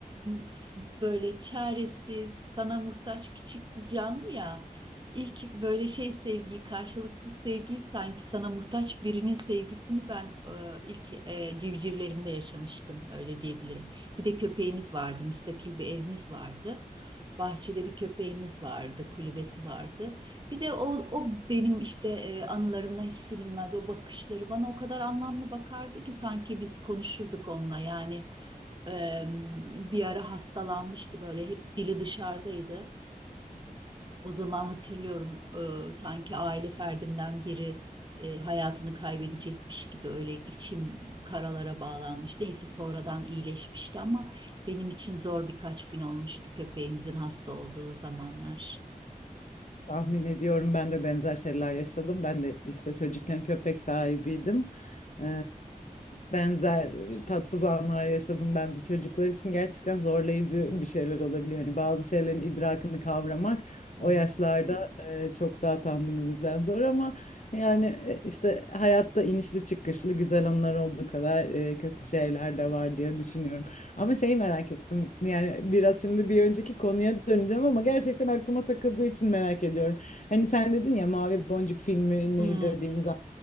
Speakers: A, on the right; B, on the left.
A: e, s- böyle çaresiz, sana muhtaç küçük bir canlı ya. İlk böyle şey sevgiyi, karşılıksız sevgiyi sanki sana muhtaç birinin sevgisini ben e, ilk e, civcivlerimde yaşamıştım öyle diyebilirim. Bir de köpeğimiz vardı, müstakil bir evimiz vardı. Bahçede bir köpeğimiz vardı, kulübesi vardı. Bir de o, o benim işte e, anılarımdan hiç silinmez o bakışları bana o kadar anlamlı bakardı ki sanki biz konuşurduk onunla yani e, bir ara hastalanmıştı böyle hep dili dışarıdaydı. O zaman hatırlıyorum e, sanki aile ferdimden biri e, hayatını kaybedecekmiş gibi öyle içim karalara bağlanmış. Neyse sonradan iyileşmişti ama benim için zor birkaç gün olmuştu köpeğimizin hasta olduğu zamanlar.
B: Tahmin ediyorum ben de benzer şeyler yaşadım. Ben de işte çocukken köpek sahibiydim. Ee, benzer tatsız anlar yaşadım ben de çocuklar için gerçekten zorlayıcı bir şeyler olabiliyor. Hani bazı şeylerin idrakını kavramak
A: Hmm.
B: o yaşlarda e, çok daha tahminimizden zor ama yani e, işte hayatta inişli çıkışlı güzel anlar olduğu kadar e, kötü şeyler de var diye düşünüyorum. Ama şeyi merak ettim. Yani biraz şimdi bir önceki konuya döneceğim ama gerçekten aklıma takıldığı için merak ediyorum. Hani sen dedin ya Mavi Boncuk filmini
A: Hmm.
B: izlediğimiz an